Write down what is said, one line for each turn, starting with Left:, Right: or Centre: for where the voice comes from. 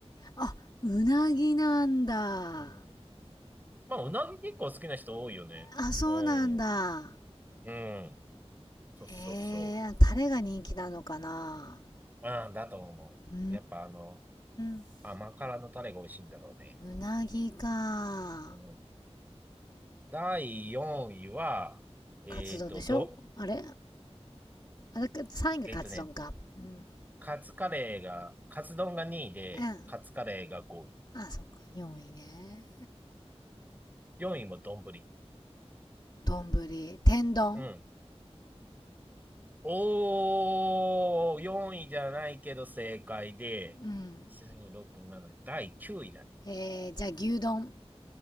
Left: あ、うなぎなんだ。
Right: うん。まあ、うなぎ結構好きな人多いよね。
Left: あ、そうなんだ。
Right: うん。うん。そうそうそ
Left: えー、タレが人気なのかな。
Right: う。うん、だと思う。
Left: うー
Right: やっぱあの、
Left: ん。
Right: 甘辛のタレが美味しいんだろうね。
Left: うなぎか。
Right: うん第4位は、えっと、
Left: カツ丼でしょあれ
Right: ど、
Left: あれ、3位がカツ丼か。
Right: えっとね、
Left: うん。
Right: カツカレーが、カツ丼が2位で、
Left: うん。
Right: カツカレーが5位。
Left: あ、そっか。4位ね。
Right: 4位も丼。
Left: 丼。天丼。
Right: うん。おー、4位じゃないけど正解で、
Left: うん。
Right: 6、7、第9位だね。
Left: えー、じゃあ牛丼。